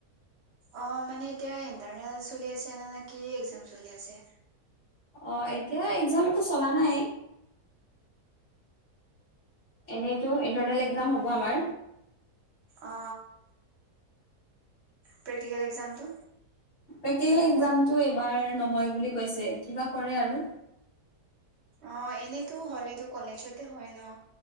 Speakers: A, on the right; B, on the left.
A: অ মানে এতিয়া ইণ্টাৰনেল চলি আছে না কি এক্সাম চলি আছে।
B: অ এতিয়া একজাম একো চলা নাই। এনেইতো ইণ্টাৰনেল একজাম হ'ব আমাৰ।
A: অ প্ৰেক্টিকেল এক্জামটো
B: <unintelligible> টি একজামটো এইবাৰ নহয় বুলি কৈছে কিবা কৰে আৰু।
A: অঁ এনেইতো হ'লে টো কলেজতে হয় ন'।